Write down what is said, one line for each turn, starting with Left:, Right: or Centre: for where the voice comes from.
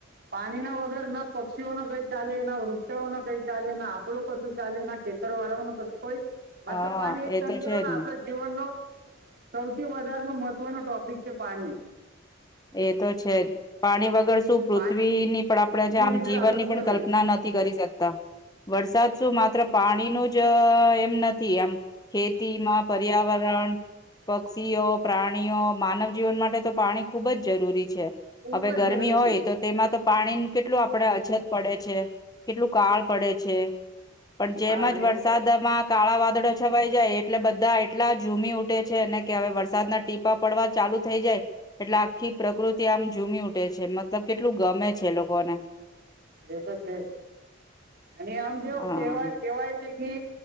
Right: પાણી ના વગર ના પક્ષીઓ ન કઈ ચાલે ના વૃ <unintelligible> નો કઈ ચાલે ના આપણો કશું ચાલે ના ખેતર વાળાઓનો કશું કોઈ મતલબ
Left: હા
Right: પાણી એક
Left: એ
Right: તંગીનું
Left: તો છે
Right: ને
Left: જ
Right: આપડ જીવનનો સૌથી વધારે નો મ કોઈનો ટોપિક છે પાણી
Left: એ તો છે જ પાણી વગર શું પૃથ્વીની
Right: પાણી
Left: પણ આપણેે જ
Right: એની
Left: આમ
Right: વગર
Left: જીવનની
Right: આ વસ્તુ
Left: પણ
Right: નહીં
Left: કલ્પના નથી કરી શકતા વરસાદ શું માત્ર પાણીનુ જ અ એમ નથી એમ ખેતીમાં, પર્યાવરણ પક્ષીઓ પ્રાણીઓ માનવજીવન માટે તો પાણી ખુબજ જરૂરી છે.
Right: ખૂબ
Left: હવે ગરમી
Right: જ જરૂરી
Left: હોય
Right: છે
Left: તો તેમાં તો પાણીનું કેટલું આપડે અછત પડે છે કેટલું કાળ પડે છે. પણ જેમજ
Right: હા
Left: વરસાદમાં
Right: એ તો
Left: કાળાવા એટલે છવાઈ જાય એટલે બધા એટલા ઝૂમી ઉઠે છે ને કે હવે વરસાદના ટીપા પડવા ચાલુ થઈ જાય એટલે આખી પ્રકૃતિ આમ ઝૂમી ઉઠે છે મતલબ કેટલું ગમે છે એ લોકોને
Right: એ તો છે અને આમ જેવું
Left: હા
Right: કેવા કેવાય છે કે